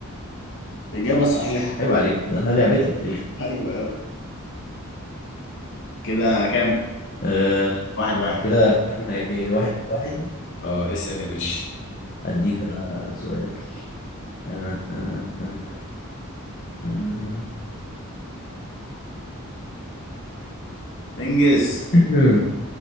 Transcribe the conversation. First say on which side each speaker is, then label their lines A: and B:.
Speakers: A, on the left (about 60°); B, on the left (about 45°).
A: إجابة صحيحة
B: عيب عليك ده انا لعبتي التاريخ
A: ايوه يابا كده كام
B: آه
A: واحد واحد
B: كده احنا ايه واحد واحد
A: اه اسأل يا باشا
B: اديك انا سؤال آه آه آه آه
A: انجز
B: آه.